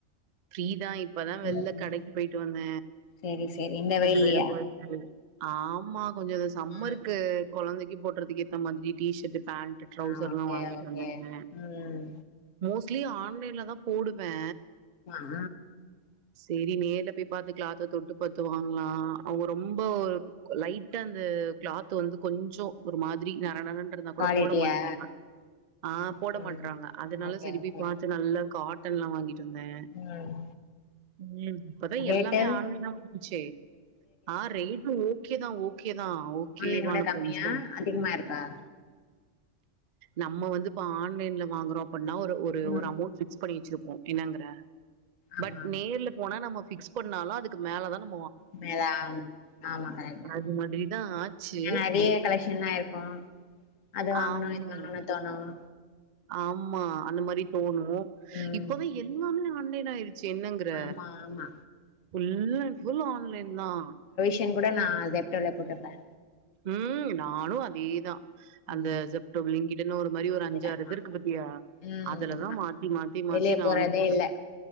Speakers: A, on the right; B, on the left.
A: ஃப்ரீ தா இப் இப்பதான் வெள்ள
B: ம்
A: கடைக்கு பேய்ட்டு வந்த
B: சேரி சேரி இந்த
A: ரெண்டு
B: வெயில்லயா
A: பேரு போய்ட்டு ஆமா கொஞ்சோ இந்த சம்மர்க்கு
B: ம்
A: கொழந்தைக்கு போடறதுக்கு ஏத்த மாதிரி டிஷர்ட் பேண்ட் ட்ரௌசர்
B: ஆ
A: எல்லாம்
B: ஓகே
A: வாங்கிட்டு
B: ஓகே
A: வந்தாங்க.
B: ம்
A: மோஸ் லி ஆன்லைன்ல தான் போடு வே
B: ஆ
A: சரி நேர்ல போய் பாத்துக்கலாம் ஆத்த தொட்டு பாத்து வாங்கலாம். அவங்க ரொம்ப லைட்டா அந்த கிளாத் வந்து கொஞ்சோ ஒரு மாதிரி ந நறநறன்றதனா கூட
B: குவாலிட்டியா
A: போட மாட்டாங்க ஆ
B: ம்
A: போட மாட்டறாங்க அதனால
B: ஓகே
A: சரி
B: ஓகே
A: போய் பார்த்து நல்லா காட் டென்லாம் வாங்கி டுமே
B: ம்
A: <unintelligible> இப்பதான்
B: ரேட்டு
A: எல்லாமே ஆன்லைனா வந்துச்சு ஆன் ரைட்டு ஓ கே தான் ஓகே. தா ஓகேவான
B: ஆன்லைன் விட கம்மியா
A: பிரைஸ் தா
B: அதிகமா இருக்கா -
A: நம்ம வந்து இப்ப ஆன்லைன்ல வாங்குறோ எப்டனா ஒரு ஒரு
B: ம்
A: ஒரு அமௌண்ட் பிக்ஸ் பண்ணிச்சிருப்போம். என்னங்கற
B: ஆமா
A: பட் நேர்ல போனா நம்ம பிக்ஸ் பண்ணாலும் அதுக்கு மேலதா நா
B: <unintelligible> ஆமா கரைட்டு
A: அது மாதிரிதா ஆச்சு
B: ஏன்னா நிறைய கலெசன்ல்லாம் இருக்கும். அது வாங்கணும்
A: ஆமா
B: இது வாங்கணும்னு தோணும்.
A: ஆமா அந்த மாரி தோணும்
B: ம்
A: இப்பதான் எல்லாமே ஆ ஆன்லைனா இரு சின்னங்கற
B: ஆமா ஆமா
A: ஃபுல்லா புல்லு ஆன்லைன் தான்
B: டின் கூட நான் ஜெப்டோல போட்டுபேன்.
A: உம் நானும் அதேதான் அந்த
B: ம்
A: ஜெப்டோ, ப்ளிங்கிட்டு ன்னு ஒரு மாரி
B: நீங்கதா
A: ஒரு அஞ்சாறு
B: ஆமா
A: இது இருக்கு பாத்தியா
B: ம்
A: அதுலதான்
B: ஆமா
A: மாத்தி மாத்தி மாத்தி
B: வெளிய
A: நானும்
B: போறதே
A: போட்டு
B: இல்ல